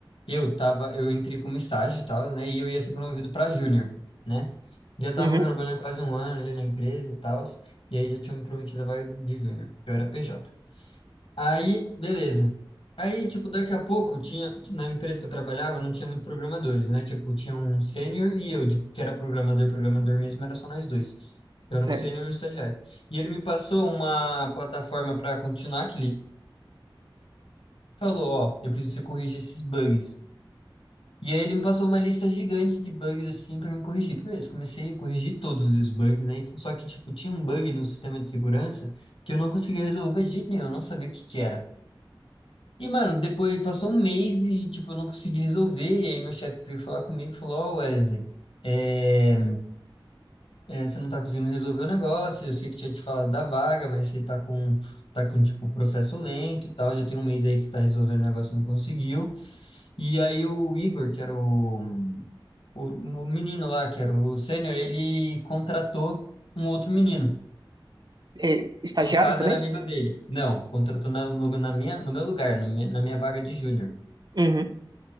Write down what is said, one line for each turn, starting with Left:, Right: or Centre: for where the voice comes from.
Left: eu tava, eu entrei como estágio e tal, né? E eu ia ser promovido pra júnior, né? Já tava
Right: Uhum,
Left: trabalhando quase um ano ali na empresa e tal, e aí já tinham me prometido a vaga de júnior. Eu era PJ. Aí, beleza. Aí, tipo, daqui a pouco tinha, na empresa que eu trabalhava, não tinha muito programadores, né? Tipo, tinha um sênior e eu, de- que era programador, programador mesmo, era só nós dois. Eu
Right: certo.
Left: era um sênior e um estagiário. E ele me passou uma plataforma para continuar, que ele falou, ó, eu preciso corrigir esses bugs. E aí ele me passou uma lista gigante de bugs, assim, para me corrigir. Beleza, comecei a corrigir todos os bugs, né? E f- Só que, tipo, tinha um bug no sistema de segurança que eu não conseguia resolver de jeito nenhum, eu não sabia o que que era. E, mano, depois passou um mês e, tipo, eu não consegui resolver. E aí meu chefe veio falar comigo e falou, ó, Wesley, é, é, você não tá conseguindo resolver o negócio, eu sei que tinha te falado da vaga, mas você tá com, tá com, tipo, processo lento e tal, já tem um mês aí que você tá resolvendo o negócio e não conseguiu. E aí o Igor, que era o, o, o menino lá, que era o sênior, ele contratou um outro menino.
Right: É, estagiário
Left: No caso,
Right: também?
Left: era amigo dele. Não, contratou na, no- na minha, no meu lugar, no me- na minha vaga de júnior.
Right: Uhum,